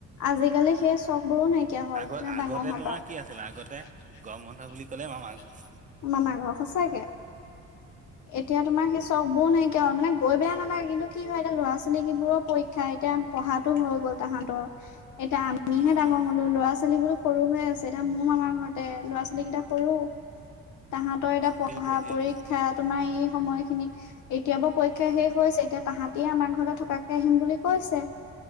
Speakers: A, on the left; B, on the right.
A: আজিকালি সেই চখবোৰো নাইকিয়া হল
B: আগ আগতে
A: ডাঙৰ হোৱাৰ
B: তোমাৰ
A: পৰা।
B: কি আছিলে আগতে গৰম বন্ধ বুলি ক'লে মামা ঘৰ
A: মামা ঘৰ সঁচাকে এতিয়া তোমাৰ সেই চখবোৰ নাইকিয়া হ'ল মানে গৈ বেয়া নালাগে কিন্তু কি হয় এতিয়া ল'ৰা ছোৱালী যি বোৰৰ পৰীক্ষা এতিয়া পঢ়াতো হৈ গ'ল তাহাঁতৰ এতিয়া আমিহে
B: উম উম
A: ডাঙৰ হলো ল'ৰা ছোৱালীবোৰ সৰু হৈ আছে এতিয়া মোৰ মামাৰ ঘৰতে ল'ৰা ছোৱালী কেইটা সৰু তাহত তই এতিয়া পঢ়া
B: সেইটোৱে সেইটোৱে
A: পৰীক্ষা তোমাৰ এই সময় খিনিত কেতিয়াবা পৰীক্ষা শেষ হৈছে এতিয়া তাহাঁতিয়ে আমাৰ ঘৰলৈ থকাকে আহিম বুলি কৈছে।